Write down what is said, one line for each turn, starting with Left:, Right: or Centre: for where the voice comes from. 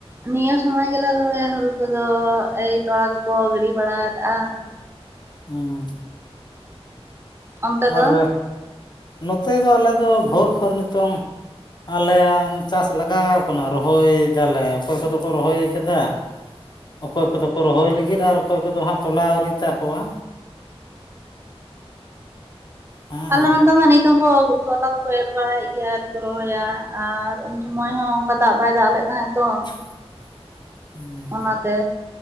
Right: ᱱᱤᱭᱟᱹ ᱥᱩᱚᱢᱚᱭ ᱜᱮᱞᱮ ᱨᱚᱦᱭᱟ ᱦᱩᱲᱩ ᱠᱚᱫᱚ ᱮᱭ ᱛᱚᱲᱟ ᱠᱚᱠᱚ ᱜᱤᱰᱤ ᱵᱟᱲᱟ ᱟᱠᱟᱜᱼᱟ
Left: ᱦᱩᱸ
Right: ᱚᱱᱛᱮ
Left: ᱟᱨ
Right: ᱫᱚ
Left: ᱱᱚᱛᱮ ᱫᱚ ᱟᱞᱮ ᱫᱚ ᱵᱷᱳᱨ ᱠᱷᱚᱱ ᱱᱤᱛᱚᱝ ᱟᱞᱮᱭᱟᱜ ᱪᱟᱥ ᱞᱟᱜᱟᱣ ᱟᱠᱟᱱᱟ ᱨᱚᱦᱚᱭ ᱫᱟᱞᱮ ᱚᱠᱚᱭ ᱠᱚᱫᱚ ᱠᱚ ᱨᱚᱦᱚᱭ ᱟᱠᱟᱫᱟ ᱚᱠᱚᱭ ᱠᱚᱫᱚ ᱠᱚ ᱨᱚᱦᱚᱭ ᱞᱟᱹᱜᱤᱫ ᱟᱨ ᱚᱠᱚᱭ ᱠᱚᱫᱚ ᱦᱟᱸᱜ ᱛᱚᱞᱟ ᱟᱹᱣᱨᱤ ᱛᱟᱠᱚᱣᱟ ᱦᱮᱸ
Right: ᱟᱞᱮ ᱱᱚᱛᱮ ᱢᱟ ᱱᱤᱛ ᱛᱮ ᱦᱚᱸ ᱩᱱᱠᱩ ᱛᱚᱞᱟ ᱫᱚ ᱠᱚ ᱮᱨ ᱵᱟᱲᱟᱭᱮᱫ ᱜᱮᱭᱟ ᱟᱣᱨᱤ ᱠᱚ ᱨᱚᱦᱚᱭᱟ ᱟᱨ ᱩᱱ ᱥᱢᱚᱭ ᱦᱚᱸ ᱚᱱᱠᱟ ᱫᱟᱜ ᱵᱟᱭ ᱫᱟᱜ ᱞᱮᱫ ᱛᱟᱦᱮᱸ ᱛᱚ
Left: <unintelligible> <inaudible> ᱦᱩᱸ᱾
Right: ᱚᱱᱟᱛᱮ